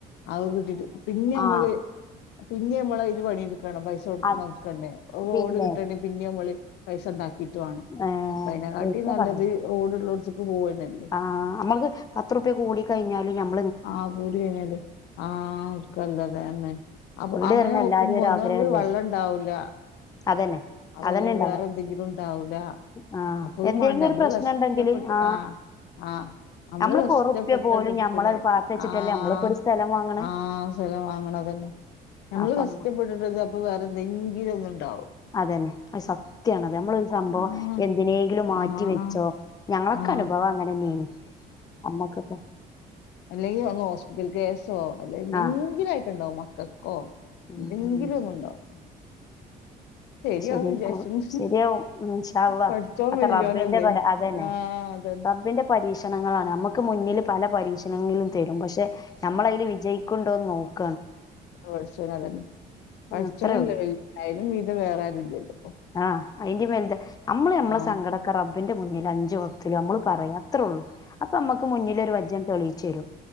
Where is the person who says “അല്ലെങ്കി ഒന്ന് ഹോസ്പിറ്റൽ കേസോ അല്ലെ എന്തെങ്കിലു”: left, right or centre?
Left